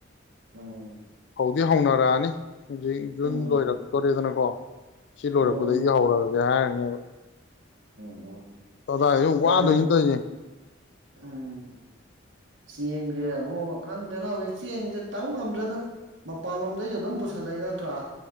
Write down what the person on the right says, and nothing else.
ꯎꯝ
ꯎꯝ
ꯎꯝ
ꯎꯝ
ꯀꯔꯤ
ꯎꯝ ꯆꯦꯡꯁꯦ ꯑꯃꯨꯛ ꯈꯪꯗꯦꯅ ꯍꯧꯖꯤꯛ ꯆꯦꯡꯁꯦ ꯇꯧ ꯉꯝꯗ꯭ꯔꯅ ꯃꯄꯥꯟꯂꯣꯝꯗꯩꯁꯨ ꯑꯗꯨꯝ ꯄꯨꯁꯟꯅꯩ ꯅꯠꯇ꯭ꯔꯥ